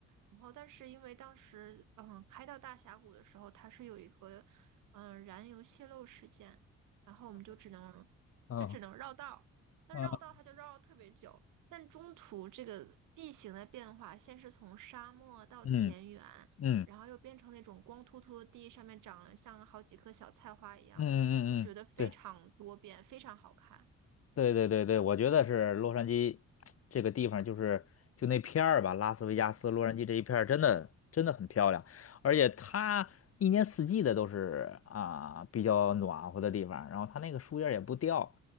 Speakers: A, on the right; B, on the left.
A: 然后但是因为当时，嗯，开到大峡谷的时候，它是有一个，嗯，燃油泄漏事件，然后我们就只能，
B: 嗯
A: 就只能绕道。但绕道它就绕了特别久，
B: 嗯。<laughs>
A: 但中途这个地形的变化，先是从沙漠到田园。
B: 嗯嗯
A: 然后又变成那种光秃秃的地，上面长了像好几棵小菜花一样的，
B: 嗯嗯嗯嗯，
A: 就觉得非常多变，
B: 对
A: 非常好看。
B: 对对对对，我觉得是洛杉矶这个地方，就是就那片儿吧，拉斯维加斯、洛杉矶这一片儿，真的真的很漂亮，而且它一年四季的都是啊比较暖和的地方，然后它那个树叶儿也不掉，